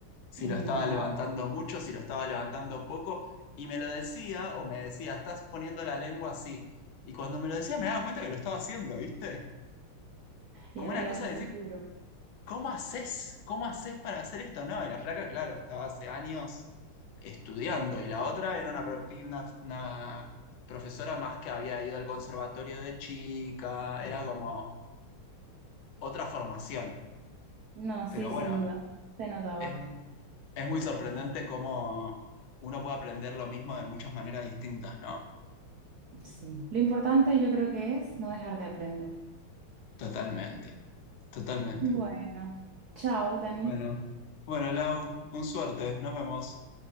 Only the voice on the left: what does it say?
si
lo estaba levantando mucho, si lo estaba levantando poco, y me lo decía o me decía, estás poniendo la lengua así. Y cuando me lo decía me daba cuenta que lo estaba haciendo, ¿viste? Como
una cosa
de
decir, ¿cómo haces? ¿Cómo haces para hacer esto? No, y la flaca, claro, estaba hace años estudiando, y la otra era una, pro- pi- una, una profesora más que había ido al conservatorio de chica, Mm. era como otra formación.
Pero
bueno,
es, es muy sorprendente cómo uno puede aprender lo mismo de muchas maneras distintas, ¿no?
Totalmente, totalmente.
Bueno, bueno, Lau, un suerte, nos vemos.